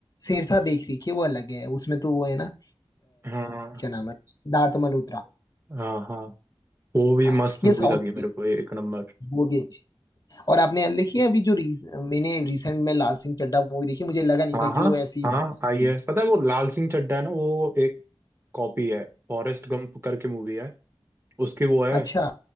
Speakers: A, on the left; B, on the right.
A: शेरशाह देख रही है वो अलग है उसमें तो वो है ना अ,
B: हाँ
A: क्या नाम है सिद्धार्थ मल्होत्रा
B: हाँ हाँ वो भी
A: हाँ
B: मस्त
A: ये
B: मूवी
A: साउथ
B: लगी मेरे
A: की है,
B: को एक नंबर
A: वो भी अच्छी है। और आपने यार देखी है अभी जो रीस, मैंने रिसेंट में लाल सिंह चड्ढा मूवी देखी मुझे लगा नहीं
B: हाँ
A: था कि
B: हाँ
A: वो ऐसी हो
B: हाँ
A: सकती
B: आई है
A: है
B: पता है वो लाल सिंह चड्ढा है ना वो एक कॉपी है फॉरेस्ट गंप करके मूवी है उसकी वो है
A: अच्छा